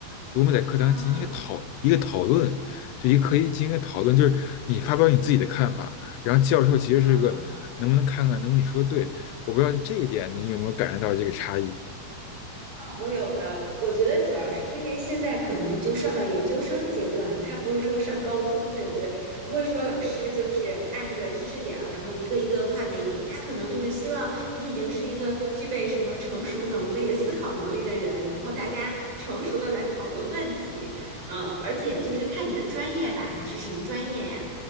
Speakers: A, on the left; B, on the right.
A: 就我们在课堂进行一个讨一个讨论，
B: 嗯
A: 就一个可以进行一个讨论，就是你发表你自己的看法，然后教授其实是个能不能看看能不能你说的对，
B: 嗯。
A: 我不知道这一点你有没有感受到这个差异。
B: 嗯，我有的，我觉得主要是因为现在可能就上到研究生阶段了，他不是说上高中，对不对？不会说老师就是按着知识点儿，然后一个一个画给你，他可能就是希望你已经是一个具备什么成熟能力、思考能力的人，然后大家成熟的来讨论问题，嗯，而且就是看你的专业吧，你是什么专业呀？